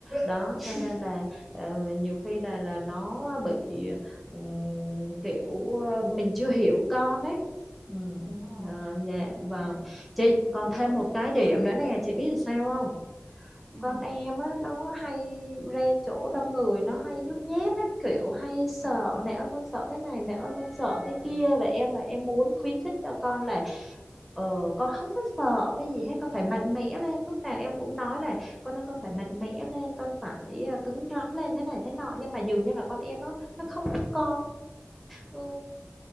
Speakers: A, in the centre; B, on the right.
A: Đó
B: ừ,
A: cho nên là ờ, nhiều khi là là nó bị ừ, kiểu ờ, mình chưa hiểu con ấy. Ừ,
B: đúng rồi
A: ờ, dạ vâng.
B: đấy
A: Chị
B: thì
A: còn
B: chỉ
A: thêm
B: có
A: một cái điểm
B: ơi
A: nữa nè, chị biết là sao không?
B: ừ,
A: con em á nó hay ra chỗ đông người nó hay nhút nhát á kiểu hay sợ
B: đó
A: mẹ ơi con sợ cái này mẹ ơi con sợ cái kia và em là em muốn khuyến khích cho con là ờ, con không có sợ cái gì hết con phải mạnh mẽ lên lúc nào em cũng nói là con ơi con phải mạnh mẽ lên con phải à, cứng rắn lên thế này thế nọ nhưng mà dường như là con em nó nó không có ừ,